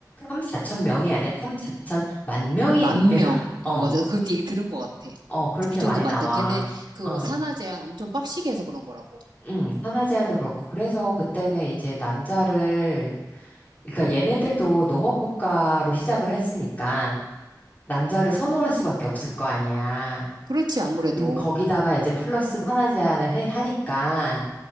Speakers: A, on the left; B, on the right.
A: 3, 4천 명이 아니라 3, 4천만 명이
B: 만
A: 넘게,
B: 명.
A: <laughs> 나-
B: 어,
A: 어,
B: 맞아. 그 얘기 들은 것 같아.
A: 어, 그렇게
B: 이 정도
A: 많이
B: 많다.
A: 나와.
B: 걔네 그거
A: 어,
B: 산하 제한 엄청 빡시게 해서 그런 거라고.
A: 응, 산하 제한도 그렇고. 그래서 그때는 이제 남자를, 그러니까 얘네들도 농업국가로 시작을 했으니까 남자를 선호할 수밖에 없을 거 아니야.
B: 그렇지, 아무래도.
A: 그는 거기다가 이제 플러스 하나 제한을 해, 하니까,